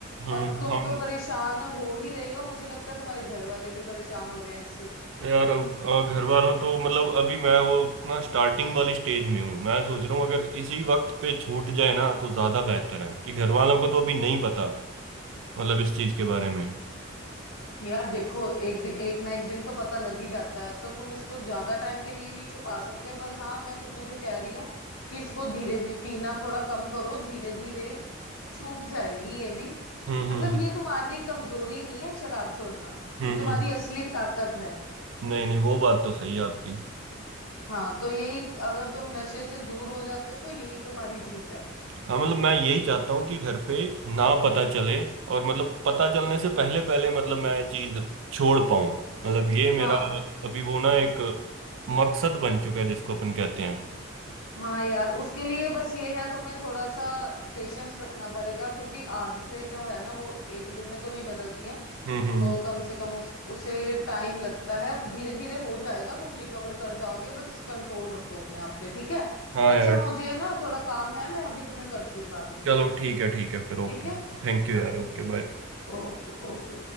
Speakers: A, on the right; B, on the left.
A: हम्म
B: और तुम
A: हाँ
B: तो परेशान हो ही रहे हो मुझे लगता है तुम्हारे घर वाले भी परेशान हो रहे हैं इससे
A: यार अब, अ, घर वालों तो मतलब अभी मैं वो अपना स्टार्टिंग वाली स्टेज में हूँ मैं सोच रहा हूँ अगर इसी वक्त पे छूट जाए ना तो ज्यादा बेहतर है कि घर वालों को तो अभी नहीं पता मतलब इस चीज के बारे में
B: यार देखो एक दिन एक ना एक दिन तो पता लग ही जाता है तो तुम इसको ज्यादा टाइम के लिए नहीं छुपा सकते पर हाँ मैं तुम्हें जो कह रही हूँ कि इसको धीरे धीरे पीना थोड़ा कम करो धीरे धीरे छूट जाएगी ये भी
A: हम्म
B: मतलब
A: हम्म
B: ये तुम्हारी कमजोरी नहीं है शराब छोड़ना
A: हम्म
B: ये तुम्हारी
A: हम्म
B: असली ताकत है
A: नहीं नहीं वो बात तो सही है आपकी
B: हाँ तो यही अगर तुम नशे से दूर हो जाते हो तो यही तुम्हारी जीत है
A: हाँ मतलब मैं यही चाहता हूँ कि घर पे ना पता चले और मतलब पता चलने से पहले पहले मतलब मैं चीज छोड़ पाऊँ मतलब ये
B: हाँ
A: मेरा अभी वो ना एक मकसद बन चुका है जिसको अपन कहते हैं
B: हाँ यार उसके लिए बस ये है तुम्हें थोड़ा सा पेशेंस रखना पड़ेगा क्योंकि आदतें जो है ना वो एक दिन में तो नहीं बदलती हैं
A: हम्म हम्म
B: तो कम से कम उस उसे टाइम लगता है धीरे धीरे हो जाएगा तुम रिकवर कर जाओगे बस कंट्रोल रखो अपने आप पे ठीक है
A: हाँ
B: अच्छा
A: यार
B: मुझे ना थोड़ा काम है मैं अभी तुम्हें करती हूँ बाद में
A: चलो ठीक है ठीक है फिर ओके
B: ठीक है
A: थैंक यू
B: हाँ
A: यार Okay bye
B: ओके ओके